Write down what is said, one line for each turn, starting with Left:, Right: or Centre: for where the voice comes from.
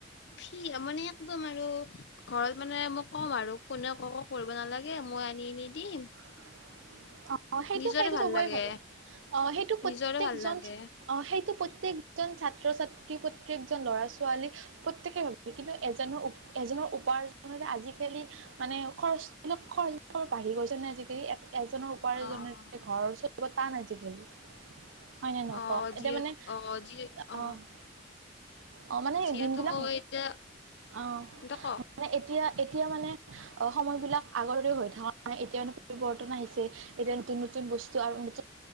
Left: সি মানে কম আৰু ঘৰত মানে মই ক'ম আৰু কোনে একো কৰিব নালাগে মই আনি আনি দিম
Right: <inaudible> অ সেইটো
Left: নিজৰে
Right: সেইটো
Left: ভাল
Right: চবেই
Left: লাগে
Right: ভাবে অ সেইটো প্ৰত্যয়েকজন
Left: নিজৰে ভাল লাগে
Right: অ সেইটো প্ৰত্যেকজন ছা ছাত্ৰ ছাত্ৰী প্ৰত্যেকজন ল'ৰা ছোৱালী প্ৰত্যেকেই ভাবে কিন্তু এজনৰ উপ এজনৰ উপাৰ্জ আজিকালি মানে খৰচবিলাক খৰচবোৰ বাঢ়ি গৈছে নে আজিকালি এট এজ উপাৰ্জনৰে
Left: অ',
Right: ঘৰৰ চলা টান আজি কালি। হয় নে নহয়
Left: অ',
Right: কওঁক? এতিয়া
Left: যিহেত
Right: মানে
Left: অ', যি
Right: অহ।
Left: অ',
Right: অ মানে
Left: যিহেতু
Right: দিনবিলাক
Left: মোক এতিয়া
Right: অ
Left: এতিয়া কওক?
Right: মানে এতিয়া এতিয়া মানে অ সময় বিলাক আগৰ‌ দৰে হৈ থকা নাই এতিয়া মানে পৰিৱৰ্তন আহিছে। এতিয়া নতুন নতুন বস্তু নতুন